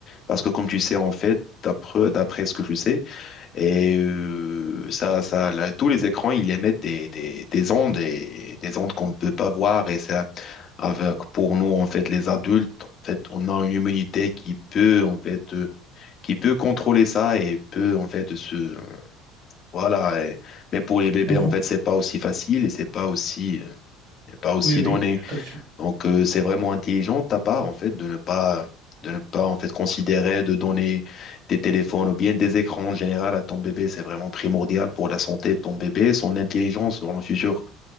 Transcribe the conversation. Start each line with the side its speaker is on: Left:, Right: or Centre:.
Left: Parce que comme tu sais en fait, d'après, d'après ce que je sais, et euh, ça, ça, là, tous les écrans, ils émettent des, des, des ondes, et, des ondes qu'on ne peut pas voir. Et ça, avec, pour nous en fait, les adultes, en fait, on a une immunité qui peut en fait... euh, qui peut contrôler ça et peut en fait se voilà et- mais pour les bébés
Right: Mhm.
Left: en fait c'est pas aussi facile et c'est pas aussi euh, c'est pas aussi
Right: Oui, oui,
Left: donné
Right: tout à fait.
Left: donc euh, c'est vraiment intelligent de ta part en fait de ne pas de ne pas en fait considérer de donner des téléphones ou bien des écrans en général à ton bébé c'est vraiment primordial pour la santé de ton bébé son intelligence dans le futur